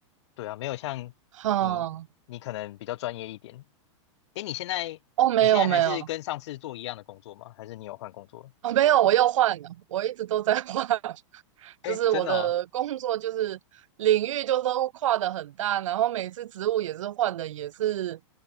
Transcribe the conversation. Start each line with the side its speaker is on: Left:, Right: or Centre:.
Left: 对啊，没有像你你可能比较专业一点。
Right: 好，
Left: 诶，你现在你现在还是跟上次做一样的工作吗？
Right: 哦，没有没有，
Left: 还是你有换工作了？
Right: 哦没有，我又换了，我一直都在换，<laughs> 就是我的工作就是领域就都跨的很大，
Left: 诶，真的哦，
Right: 然后每次职务也是换的，也是